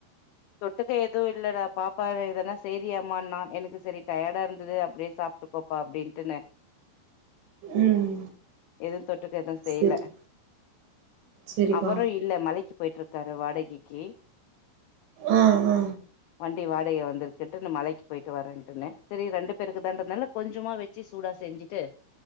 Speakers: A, on the left; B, on the right.
A: தொட்டுக்க எதுவு இல்லடா பாப்பா இ இதனா செய்ரியாமான எனக்கு செரி டயர்டா இருந்தது அப்டே சாப்ட்டுக்கோப்பா அப்டின்ட்டுன
B: ம்
A: எதும் தொ டுக் எதோ செய்ல
B: சேரி செரிக்கா
A: அவரு இல்ல மலைக்கு போய்ட்டுருக் தர வாடகைக்கி
B: ஆ ஆ
A: வண்டி வாடகைய வந்திருக்குன்ட்டு இந்த மலைக்கு போயிட்டு வரேன்ட்டு செரி ரெண்டு பேருக்கு தான்றதுால கொஞ்சமா வெச்சு சூடா செஞ்சுட்டு